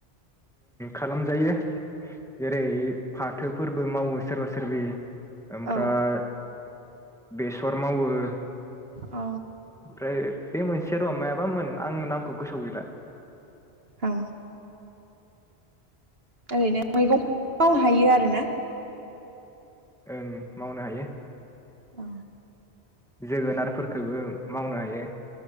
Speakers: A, in the centre; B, on the right.
A: खालामजायो जेरै फाथोफोरबो मावो सोरबा सोरबि ओमफ्राय
B: औ
A: बेसर मावो ओमफ्राय
B: अ
A: बे मोनसे र' मायाबामोन आं नाम गोसोआव गैला
B: औ ओरैनो मैगं मावनो हायो आरोना
A: ओं मावनो हायो
B: औ
A: जोगोनारफोरखौबो मावनो हायो